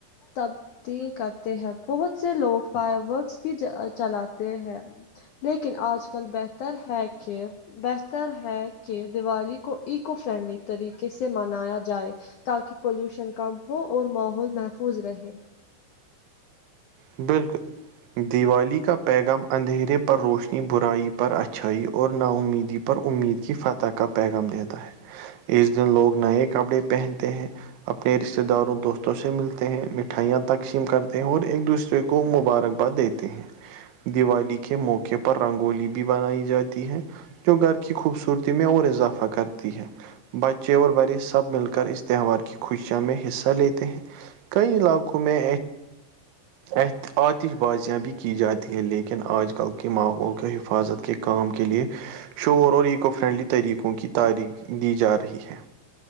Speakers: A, on the left; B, on the right.
A: تبدیل کرتے ہیں بہت سے لوگ فائر ورکس بھی چلاتے ہیں لیکن آج کل بہتر ہے کہ بہتر ہے کہ دیوالی کو ایکو فرینڈلی طریقے سے منایا جائے تاکہ پولوشن کم ہو اور ماحول محفوظ رہے
B: بالکل دیوالی کا پیغام اندھیرے پر روشنی برائی پر اچھائی اور نامیدی امید کی فتح کا پیغم دیتا ہے اس دن لوگ نئے کپڑے پہنتے ہیں اپنے رشتے داروں دوستوں سے ملتے ہیں مٹھائیاں تقسیم کرتے ہیں اور ایک دوسرے کو مبارکباد دیتے ہیں دیوالی کے موقع پر پر رنگولی بھی بنائی جاتی ہے جو گھر کی خوبصورتییں اور اضافہ کر بچے اور بڑے سب مل کر اس تہوار کی خوشیا میں حصہ لیتے ہیں کٮئی علاقو میں اۃ آتش بازیاں بھی کی جاتی ہے لیکن آج کل کے ماحول کے حفاظت کے کام کے لیے شور اور ایکو فرینڈلی طریقوں کی تعاریخ دی جا رہی ہے